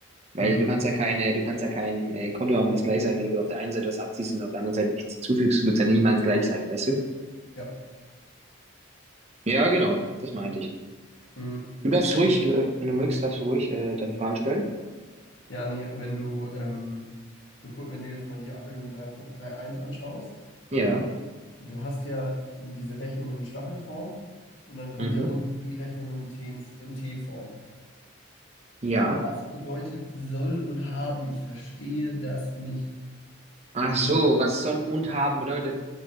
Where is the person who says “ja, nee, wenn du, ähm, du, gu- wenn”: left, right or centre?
Left